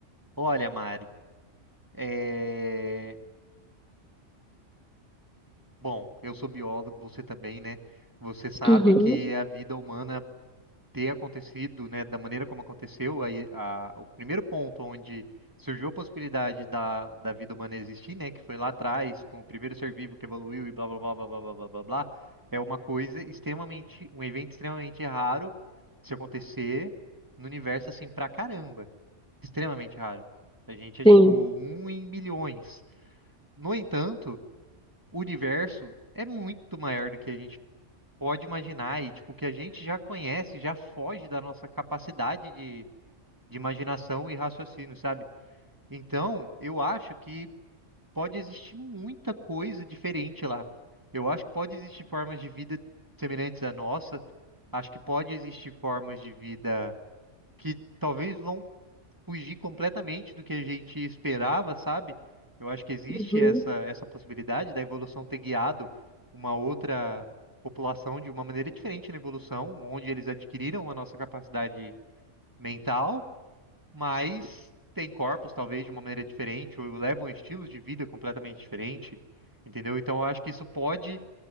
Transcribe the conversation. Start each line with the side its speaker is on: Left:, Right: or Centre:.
Right: Olha, Mari, é... Bom, eu sou biólogo, você também, né? Você sabe
Centre: Uhum,
Right: que a vida humana ter acontecido, né, da maneira como aconteceu, aí a- o primeiro ponto onde surgiu a possibilidade da, da vida humana existir, né, que foi lá atrás, com o primeiro ser vivo que evoluiu e blá blá blá blá blá blá blá blá, blá, é uma coisa extremamente, um evento extremamente raro de se acontecer no universo assim pra caramba, extremamente raro. A gente é
Centre: sim.
Right: tipo um em milhões. No entanto, o universo é muito maior do que a gente pode imaginar e tipo, o que a gente já conhece já foge da nossa capacidade de, de imaginação e raciocínio, sabe? Então, eu acho que pode existir muita coisa diferente lá. Eu acho que pode existir formas de vida semelhantes à nossa. Acho que pode existir formas de vida que talvez vão fugir completamente do que a gente esperava, sabe? Eu acho que existe
Centre: Uhum,
Right: essa, essa possibilidade da evolução ter guiado uma outra população de uma maneira diferente na evolução, onde eles adquiriram a nossa capacidade mental, mas têm corpos talvez de uma maneira diferente, ou levam estilos de vida completamente diferente, entendeu? Então eu acho que isso pode